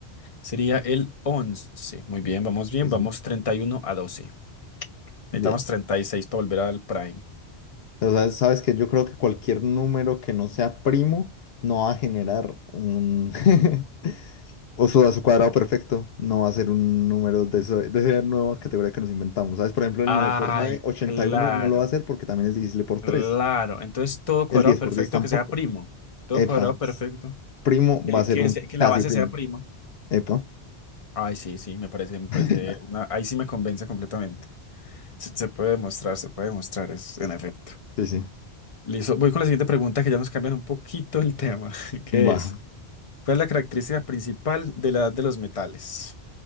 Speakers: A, on the left (about 35°); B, on the left (about 70°).
A: sería el once Muy bien, vamos bien,
B: Sí,
A: vamos
B: sí.
A: 31 a 12. Necesitamos
B: Bien,
A: 36 para volver al prime.
B: pero sabes, sabes que yo creo que cualquier número que no sea primo no va a generar un, <laughs> O su, a su cuadrado perfecto no va a ser un número de, eso- de esa nueva categoría que nos inventamos. ¿Sabes? Por ejemplo, el
A: Ay,
B: 9 por nueve ochenta
A: claro,
B: y uno no lo va a hacer porque también es divisible por
A: claro.
B: tres
A: Entonces todo cuadrado
B: El diez
A: perfecto
B: por 10 tampoco.
A: que sea primo. Todo
B: Epa.
A: cuadrado perfecto.
B: Primo
A: Que,
B: va a ser
A: que,
B: un
A: se- que
B: casi
A: la base
B: primo.
A: sea prima.
B: Epa.
A: Ay, sí, sí, me parece, me
B: <laughs>
A: parece una. Ahí sí me convence completamente. Se, se puede demostrar, se puede demostrar, es en efecto.
B: Sí, sí.
A: Listo, voy con la siguiente pregunta que ya nos cambian un poquito el tema, <laughs> que
B: Va.
A: es, ¿cuál es la característica principal de la edad de los metales?